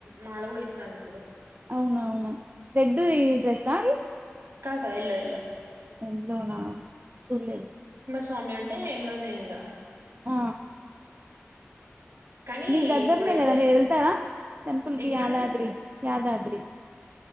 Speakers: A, on the right (about 70°); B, on the right (about 35°).
A: మాల కూడా ఇస్తాను ఇప్పుడు
B: అవున అవునా రెడ్ ఈ డ్రెస్సాది
A: కాదు కాదు ఎల్లో ఎల్లో
B: ఎంత నా చిలెడ్డి
A: స్వామి అంటే ఎల్ల్లోనే ఇంకా
B: ఆ
A: కానీ
B: మీకు దగ్గరనే
A: ఇప్పుడైతే
B: కదా మీరు వెళ్తారా టెంపుల్ కి
A: ఎక్కడండి
B: యాదాద్రి యాదాద్రి